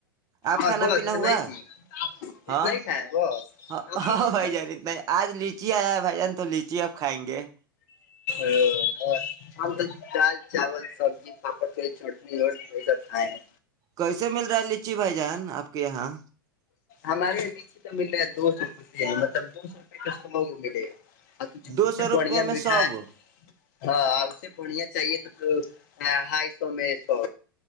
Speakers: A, on the right (about 30°); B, on the left (about 50°).
A: آپ
B: اور
A: کھانا
B: بس
A: پینا
B: اتنا
A: ہوا
B: ہی چیز
A: ہاں
B: اتنا ہی کھائے بس
A: ہ
B: کافی
A: ہاں
B: ہے
A: بھائی جان اتنا آج لیچی آیا بھائی جان تو آپ کھائیں گے
B: ا ہم تو چ چاول سبزی پاپڑ پری چٹنی اور یہ سب کھائے ہیں
A: کیسے مل رہا ہے لچی بھائی جان آپ کے یہاں
B: ہمارے یہاں نیچے تو مل رہا ہے دو سو ک مطلب دو سو روپے کسموں کو ملے گا ھ
A: دو
B: اس
A: سو
B: سے
A: روپے
B: بڑھیا
A: میں
B: میٹھا
A: سو
B: ہے
A: گو
B: ہاں اس سے بڑھیا چاہیے تو تو ڈھائی سو میں سو